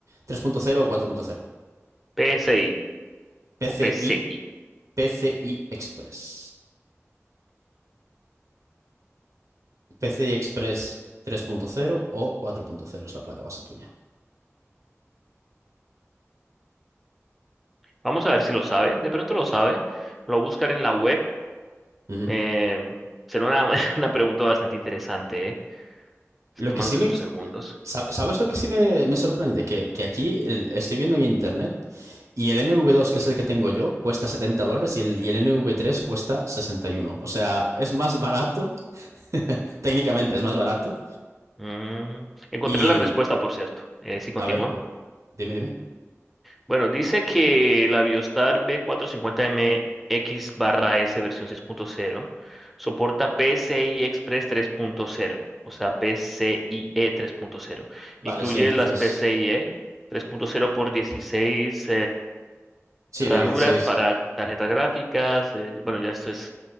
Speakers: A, on the right; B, in the centre.
A: Tres punto cero o cuatro punto cero.
B: PSI
A: PCI,
B: o PCI.
A: PCI Express. PCI Express tres punto cero o cuatro punto cero es la placa base tuya.
B: Vamos a ver si lo sabe. De pronto lo sabe. Lo voy a buscar en la web.
A: Ujú.
B: Eh, será una, <laughs> una pregunta bastante interesante, ¿eh? Está
A: Lo
B: tomándose
A: que sí me...
B: sus segundos.
A: sa- ¿Sabes lo que sí me, me sorprende? Que, que aquí el- estoy viendo en internet y el NV2, que es el que tengo yo, cuesta 70 dólares y el, y el NV3 cuesta 61. O sea, es más barato, <laughs> técnicamente es más barato.
B: Mm, Encontré
A: Y,
B: la respuesta, por cierto. Eh, si continúa.
A: A ver, cu- dime, dime.
B: Bueno, dice que la Biostar b cuatrocientos cincuenta M X barra S versión seis punto cero soporta PCI Express tres punto cero. o sea, PCIe tres punto cero.
A: Vale,
B: Incluye
A: sí, entonces.
B: las PCIe tres punto cero por dieciséis.
A: Sí,
B: ranuras
A: de 16.
B: para tarjetas
A: Mm.
B: gráficas, eh, bueno, ya esto es,